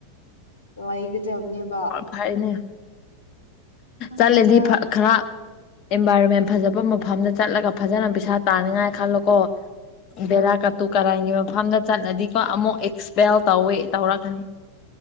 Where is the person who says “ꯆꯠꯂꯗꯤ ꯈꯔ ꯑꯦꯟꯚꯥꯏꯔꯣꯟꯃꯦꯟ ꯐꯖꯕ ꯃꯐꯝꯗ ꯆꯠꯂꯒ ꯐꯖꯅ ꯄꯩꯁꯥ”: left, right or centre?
Left